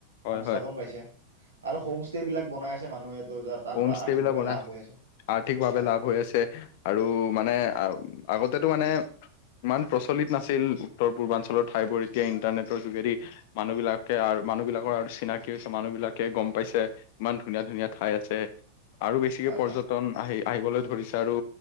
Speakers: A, on the left; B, on the right.
A: হয় হয়
B: থাপন পাইছে, আৰু হোম ষ্টে বিলাক বনাই আছে মানুহে তো যাৰ তাৰ
A: হোম
B: পৰা
A: ষ্টে
B: আৰ্থিকভাৱে
A: বিলাক বনাই,
B: লাভ হৈ আছে
A: আৰ্থিকভাৱে
B: হয়
A: লাভ হৈ আছে। আৰু মানে, আগতেতো মানে ইমান প্ৰচলিত নাছিল, উত্তৰ পূৰ্বাঞ্চলৰ ঠাইবোৰ, এতিয়া ইণ্টাৰনেটৰ যোগেদি মানুহ বিলাকে আৰু মানুহ বিলাকৰ আৰু চিনাকি হৈছে, মানুহ বিলাকে গম পাইছে, ইমান ধুনীয়া ধুনীয়া ঠাই আছে। আৰু বেছিকে
B: হয়
A: পৰ্যটন
B: হয়
A: আহি আহিবলৈ ধৰিছে আৰু